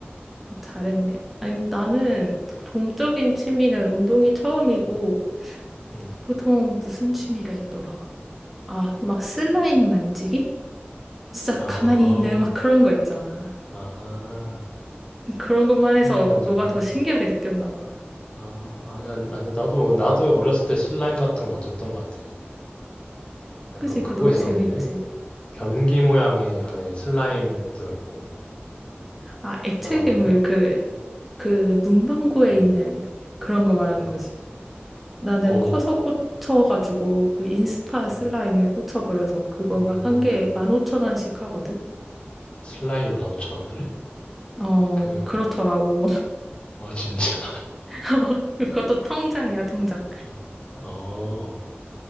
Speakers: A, in the centre; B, on the left.
A: 어, 잘했네. 아니, 나는 동적인 취미는 운동이 처음이고,
B: 음, 음.
A: 보통 무슨 취미를 했더라? 아, 막 슬라임 만지기? 진짜
B: 어,
A: 가만히 있는 막 그런 거 있잖아.
B: 아,
A: 그런 것만 해서
B: 슬라임 만지기.
A: 너가 더 신기하게 느꼈나 봐.
B: 아, 아니야, 아니야. 나도 나도 어렸을 때 슬라임 같은 거 만졌던 것 같아. 약간
A: 그치? 그거
B: 그거
A: 너무
B: 있었는데
A: 재밌지.
B: 변기 모양의 안에 슬라임 들어있고
A: 아, 액체
B: 나만
A: 괴물
B: 아나?
A: 그, 그 문방구에
B: 응,
A: 있는 그런 거 말하는
B: 응.
A: 거지. 나는
B: 오
A: 커서 꽂혀가지고 그 인스타 슬라임에
B: 음,
A: 꽂혀버려서 그거
B: 어,
A: 막 한 개에 15,000원씩 하거든?
B: 슬라임이 15,000원을 해?
A: 어,
B: 그,
A: 그렇더라고.
B: 아, 진짜?
A: <laughs> 그것도 통장이야, 통장.
B: <laughs> 어,